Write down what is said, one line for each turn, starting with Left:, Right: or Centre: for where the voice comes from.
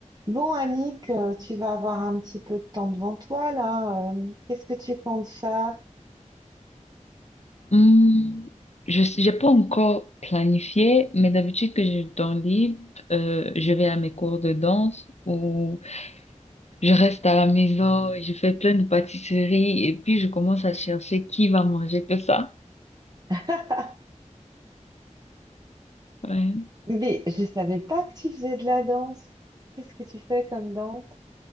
Right: Bon, Annick, euh, tu vas avoir un petit peu de temps devant toi là. euh, Qu'est-ce que tu comptes faire?
Left: Hmm, je n'ai pas encore planifié, mais d'habitude que j'ai du temps libre, euh, je vais à mes cours de danse ou je reste à la maison, je fais plein de pâtisseries et puis je commence à chercher qui va manger tout ça.
Right: <laughs>
Left: Ouais.
Right: Mais je savais pas que tu faisais de la danse. Qu'est-ce que tu fais comme danse?